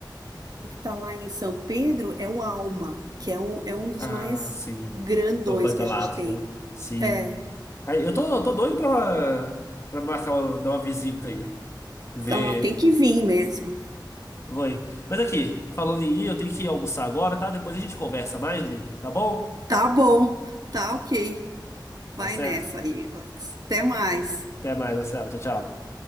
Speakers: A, on the right; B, on the left.
A: que está lá em São Pedro é o Alma, que é um, é um dos
B: Ah,
A: mais
B: sim.
A: grandões
B: Pra badalados,
A: que a gente tem.
B: né? Sim.
A: É,
B: Aí, eu tô, eu tô doido pra, pra marcar, uma- dar uma visita aí. Ver.
A: ah, tem que vir mesmo.
B: Vou aí. Mas aqui, falando em ir, eu tenho que ir almoçar agora, tá? Depois a gente conversa mais, menina. Tá bom?
A: Tá bom, tá ok. Vai
B: Tá certo?
A: nessa aí, Alex. Até mais.
B: Até mais, Marcelo. Tchau, tchau.